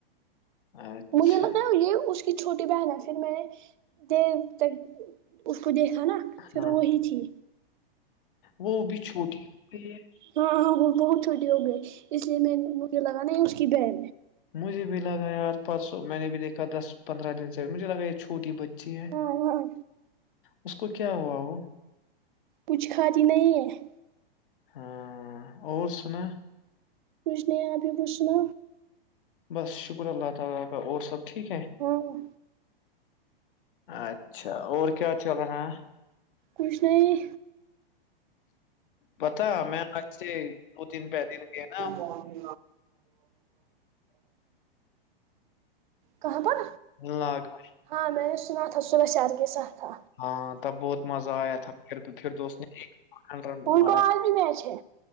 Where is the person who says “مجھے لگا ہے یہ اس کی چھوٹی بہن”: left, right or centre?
Right